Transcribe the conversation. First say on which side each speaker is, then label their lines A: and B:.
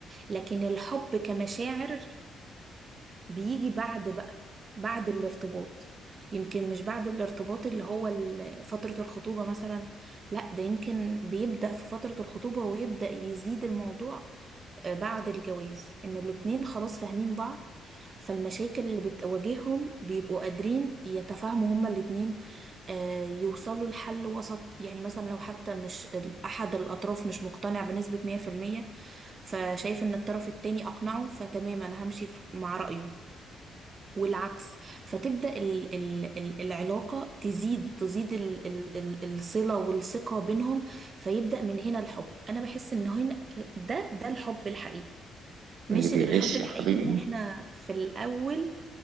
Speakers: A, on the right; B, on the right.
A: لكن الحب كمشاعر بيجي بعد بقى بعد الارتباط يمكن مش بعد الارتباط اللي هو ال- فتره الخطوبه مثلا لا ده يمكن بيبدا في فتره الخطوبه ويبدا يزيد الموضوع آه، بعد الجواز ان الاتنين خلاص فاهمين بعض فالمشاكل اللي بتواجههم بيبقوا قادرين يتفاهموا هما الاتنين آه، يوصلوا لحل وسط يعني مثلا لو حتى مش ال- احد الاطراف مش مقتنع بنسبة 100% فشايف ان الطرف التاني اقنعه فتمام انا همشي ف- مع رأيه والعكس فتبدأ ال ال ال العلاقة تزيد تزيد ال ال ال الصلة والثقة بينهم فيبدأ من هنا الحب أنا بحس إن هنا ده ده الحب الحقيقي مش
B: اللي بيعيش
A: الحب الحقيقي
B: يا حبيبي
A: ان احنا في الاول